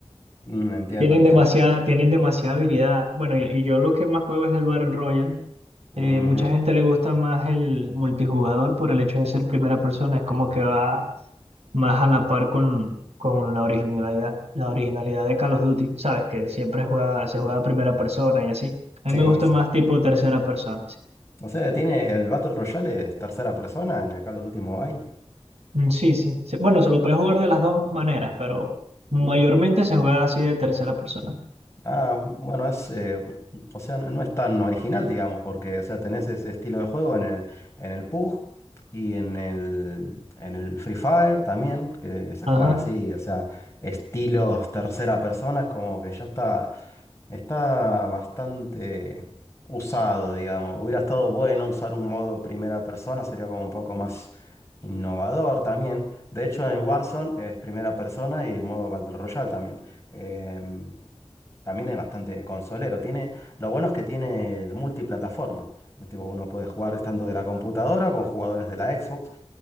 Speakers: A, on the left (about 25°); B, on the right (about 85°).
A: Mm, entiendo,
B: tienen
A: entiendo.
B: demasiada, tienen demasiada habilidad. Bueno, y, y yo lo que más juego es el Battle Royale.
A: Ujú.
B: Eh, mucha gente le gusta más el multijugador por el hecho de ser primera persona, es como que va más a la par con, con la originalidad, la originalidad de Call of Duty, ¿sabes? Que siempre juega, se juega a primera persona y así. A
A: Sí,
B: mí me gusta
A: sí.
B: más tipo tercera persona, sí.
A: O sea, tiene el Battle Royale es tercera persona en el Call of Duty Mobile.
B: Mm, Sí, sí. sí. Bueno, se lo puede jugar de las dos maneras, pero mayormente
A: Mm.
B: se juega así de tercera persona.
A: Ah, bueno, es, eh, o sea, no, no es tan original, digamos, porque, o sea, tenés ese estilo de juego en el, en el PUBG y en el, en el Free Fire también, que se
B: Ajá.
A: juegan así, o sea, estilos tercera persona, es como que ya está, está bastante usado, digamos. Hubiera estado bueno usar un modo primera persona, sería como un poco más innovador también. De hecho, en el Warzone es primera persona y modo Battle Royale también. Em, también es bastante consolero. Tiene, lo bueno es que tiene el multiplataforma. Tipo, Uno puede jugar tanto de la computadora con jugadores de la Xbox.